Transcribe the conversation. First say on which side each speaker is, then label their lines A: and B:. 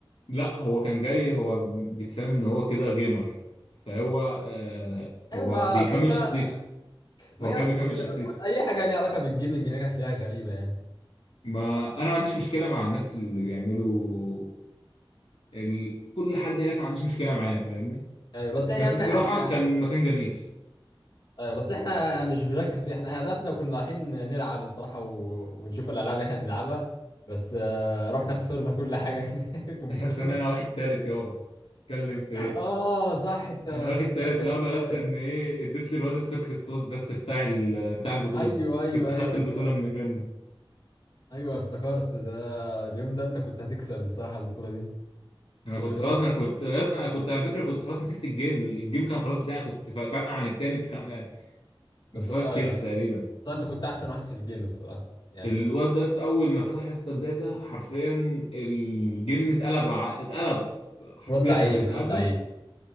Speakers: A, on the left (about 85°); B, on the left (about 50°).
A: لا هو كان جاي هو بيتفهم ان هو كده جيمر فهو آه
B: ايوه
A: هو
B: ما
A: بيكمل
B: كلها
A: شخصيته
B: ما
A: هو
B: هي
A: كده بيكمل
B: كل
A: شخصيته
B: كل اي حاجه ليها علاقه بالجيمنج هناك هتلاقيها غريبه يعني
A: ما انا ما عنديش مشكله مع الناس اللي بيعملوا ال... كل حد هناك ما عنديش مشكله معاه فاهمني
B: ايوه بس احنا
A: بس
B: يا عم
A: الصراحه
B: احنا
A: كان مكان جميل
B: ايوه بس احنا مش بنركز في احنا هدفنا كنا رايحين نلعب الصراحه و... ونشوف الالعاب اللي احنا بنلعبها بس آه، رحنا خسرنا كل حاجه هناك <laughs> ومشينا
A: <laughs> خسرني انا واخد تالت يابا اتكلم في ايه
B: اه صح انت
A: انا واخد
B: خدت
A: تالت
B: مركز
A: لولا
B: ثالث
A: بس ان ايه اديت للواد السكريت صوص بس بتاع ال... بتاع البطوله
B: ايوه ايوه
A: كنت
B: ايوه
A: خدت البطوله
B: ص...
A: من منه
B: ايوه افتكرت ده اليوم ده انت كنت هتكسب الصراحه البطوله دي
A: انا
B: بس الواد
A: كنت خلاص انا كنت بس انا كنت على فكره كنت خلاص مسكت الجيم الجيم كان خلاص بتاعي كنت فا- فارقه عن التاني بخم...
B: بس
A: بفايف
B: ايوه
A: كيلز تقريبا
B: بس انت كنت احسن واحد في الجيم الصراحه يعني
A: الواد ده است- اول ما فتح حصه الداتا حرفيا الجيم اتقلب ع... اتقلب حرفيا
B: واد لعيب
A: انا بقيت
B: واد
A: اقابله
B: لعيب